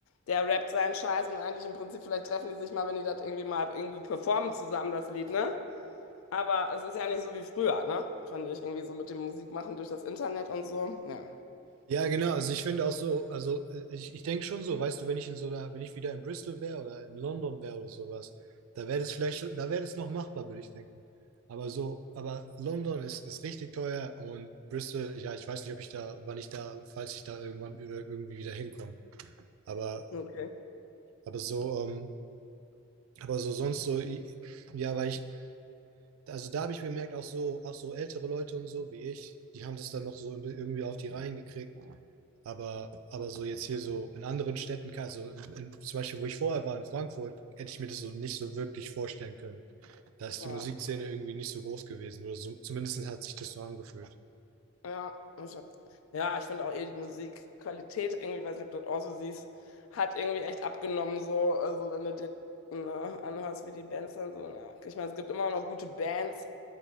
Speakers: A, on the left (about 80°); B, on the right (about 85°).
A: der rappt seinen Scheiß und eigentlich im Prinzip, vielleicht treffen die sich mal, wenn die das irgendwie mal irgendwo performen zusammen, das Lied, ne? Aber es ist ja nicht so wie früher, ne? Fand ich irgendwie so mit dem Musikmachen durch das Internet und so. Ja.
B: Ja, genau. Also ich finde auch so, also äh, ich, ich denke schon so, weißt du, wenn ich in so einer, wenn ich wieder in Bristol wäre oder in London wäre oder sowas, da wäre das vielleicht schon, da wäre das noch machbar, würde ich denken. Aber so, aber London ist, ist richtig teuer und Bristol, ja, ich weiß nicht, ob ich da, wann ich da, falls ich da irgendwann über- irgendwie wieder hinkomme. Aber,
A: Okay.
B: aber so, ähm, aber so sonst so, i- ja, weil ich, also da habe ich bemerkt, auch so, auch so ältere Leute und so wie ich, die haben das dann noch so irgendwie auf die Reihen gekriegt Aber, aber so jetzt hier so in anderen Städten, kann- also in, zum Beispiel, wo ich vorher war, in Frankfurt, hätte ich mir das so nicht so wirklich vorstellen können. Da ist
A: Ja.
B: die Musikszene irgendwie nicht so groß gewesen oder so, zumindest hat sich das so angefühlt.
A: Ja, ich hab, ja, ich finde auch eh die Musikqualität, irgendwie, weiß nicht, ob du das auch so siehst, hat irgendwie echt abgenommen, so. Also, wenn du dir ne, anhörst, wie die Bands dann so. Na, ich meine, es gibt immer noch gute Bands,